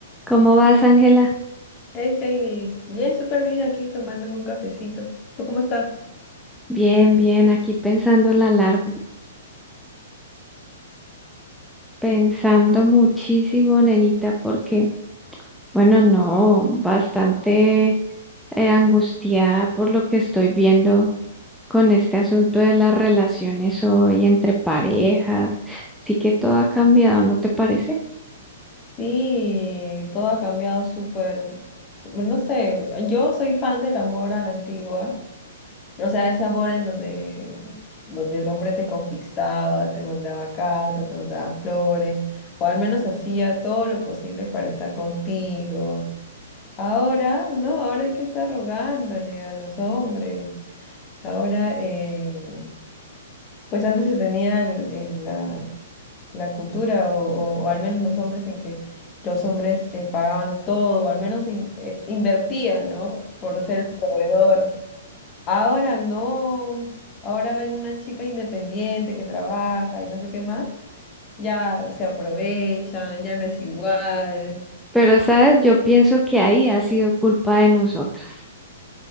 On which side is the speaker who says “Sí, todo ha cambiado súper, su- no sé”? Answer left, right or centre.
Left